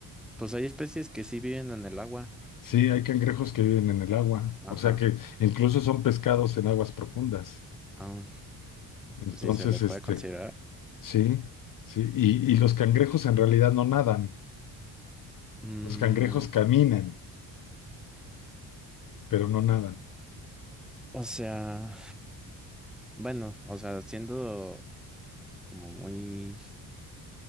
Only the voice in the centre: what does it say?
Pues hay especies que sí viven en el agua.
Ajá.
Ah,
pues sí, se les
puede considerar.
Mm,
o sea, bueno, o sea, siendo como muy